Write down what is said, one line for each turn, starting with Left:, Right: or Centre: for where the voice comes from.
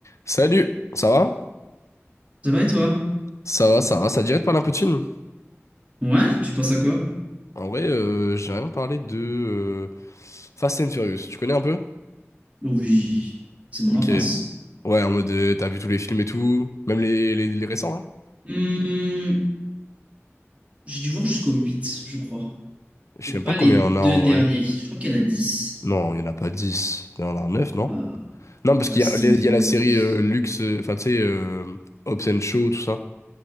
Left: Salut, ça va?
Right: Ça va et toi?
Left: Ça va, ça va, ça te dirait de parler un peu de film?
Right: Ouais, tu penses à quoi?
Left: En vrai, euh, j'ai rien parlé de euh, Fast and Furious. Tu connais un peu?
Right: Oh Oui, c'est mon
Left: Ok.
Right: enfance.
Left: Ouais, en mode euh, t'as vu tous les films et tout, même les, les, les récents là?
Right: Hmm, j'ai dû voir jusqu'au 8, je crois.
Left: Je
Right: Donc
Left: sais même
Right: pas
Left: pas combien
Right: les deux
Left: il y en a en
Right: derniers.
Left: vrai.
Right: Je crois qu'il y en a 10.
Left: Non, il y en a pas 10. Il y en a 9, non?
Right: Ah bah,
Left: Non, parce
Right: Fast
Left: qu'il y a, les-
Right: and
Left: il
Right: Furious.
Left: y a la série euh, Luxe, euh, enfin tu sais, euh, Hobbs and Shaw, tout ça.